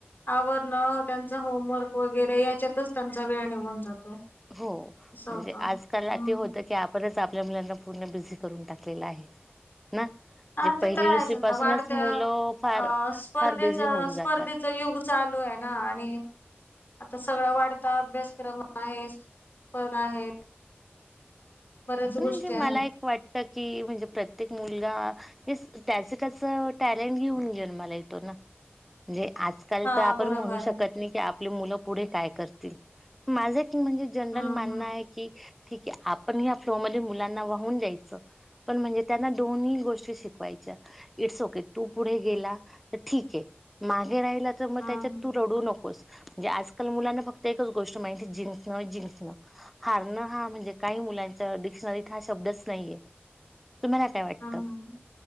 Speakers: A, on the left (about 50°); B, in the centre.
A: आवरण त्यांचा होमवर्क वगैरे याच्यातच त्यांचा वेळ निघून जातो.
B: हो
A: असं
B: म्हणजे
A: होतं हम्म
B: आजकाल आती होत की आपणच आपल्या मुलांना पूर्ण बिझी करून टाकलेला आहे ना.
A: हा
B: जे
A: ते
B: पहिली
A: तर आहेच
B: दुसरी
A: आता
B: पासूनच
A: वाढत्या
B: मुलं फार
A: अ स्पर्धेच
B: फार बिझी होऊन
A: स्पर्धेच
B: जातात
A: युग चालू आहे. ना आणि आता सगळा वाढता अभ्यासक्रम आहे स्पर्धा आहे. बऱ्याच
B: पण
A: गोष्टी
B: म्हणजे मला
A: आहेत.
B: एक वाटत की म्हणजे प्रत्येक मुलगा त्याच त्याच टॅलेंट घेऊन जन्माला येतो ना म्हणजे आजकाल
A: हा
B: तर आपण
A: बरोबर
B: म्हणू
A: आहे
B: शकत नाही की आपली मुलं पुढे काय करतील माझे म्हणजे जनरल
A: हम्म
B: मानणं
A: हम्म
B: आहे की ठीक आहे आपण या फ्लोमध्ये मुलांना वाहून द्यायचं पण म्हणजे त्यांना दोन्ही गोष्टी शिकवायच्या इट्स ओके तू पुढे गेला तर ठीक आहे मागे राहिला तर मग
A: हम्म
B: त्याच्यात तू रडू नको स म्हणजे आजकाल मुलांना फक्त एकच गोष्ट माहित आहे जीकणं जीकणं हारण हा म्हणजे काही मुलांच्या डिक्शनरीत हा शब्दच नाहीये तुम्हाला काय वाटत.
A: हम्म हम्म हम्म